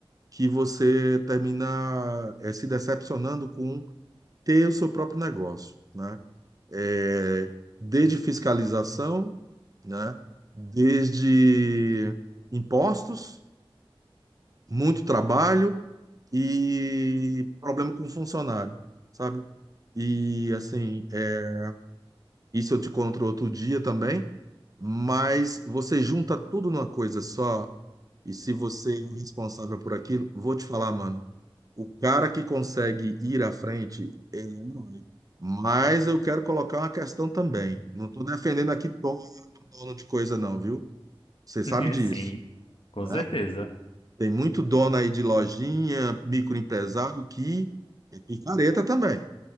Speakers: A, on the right; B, on the left.
A: Que você termina eh, se decepcionando com ter o seu próprio negócio, né? É desde fiscalização né? Desde impostos, muito trabalho e problema com funcionário, sabe? E assim, é, isso eu te conto outro dia também, mas você junta tudo numa coisa só, e se você é o responsável por aquilo, vou te falar, mano, o cara que consegue ir à frente, ele é um herói. Mas eu quero colocar uma questão também. Não estou defendendo aqui todo dono de coisa, não, viu? Você sabe
B: <laughs>
A: disso,
B: sim, com
A: né?
B: certeza.
A: Tem muito dono aí de lojinha, microempresário que é picareta também,